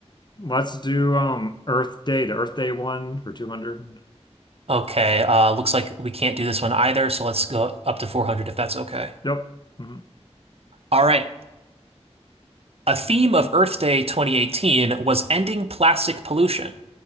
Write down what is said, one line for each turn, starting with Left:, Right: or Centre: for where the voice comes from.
Left: Let's do um Earth Day, the Earth Day one for 200.
Right: Okay, uh looks like we can't do this one either, so let's go up to 400 if that's okay.
Left: Yep. Mhm.
Right: All right. A theme of Earth Day 2018 was ending plastic pollution.